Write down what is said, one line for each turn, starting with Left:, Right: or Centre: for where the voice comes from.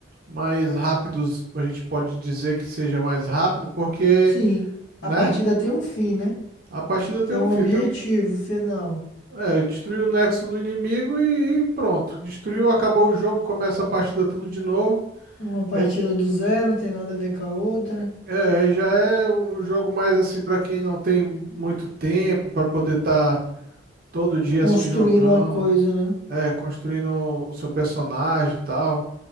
Right: mais rápido, a gente pode dizer que seja mais rápido, porque,
Left: Sim,
Right: né,
Left: a partida tem um fim, né?
Right: a partida tem
Left: Tem
Right: um
Left: um
Right: fim,
Left: objetivo
Right: tem um,
Left: final.
Right: é, destruiu o nexo do inimigo e, e pronto, destruiu, acabou o jogo, começa a partida tudo de novo,
Left: Uma partida
Right: é, de-
Left: do zero, não tem nada a ver com a outra.
Right: é, já é um jogo mais assim pra quem não tem muito tempo pra poder estar todo dia
Left: Construindo
Right: assim jogando,
Left: uma coisa, né?
Right: é, construindo o seu personagem e tal.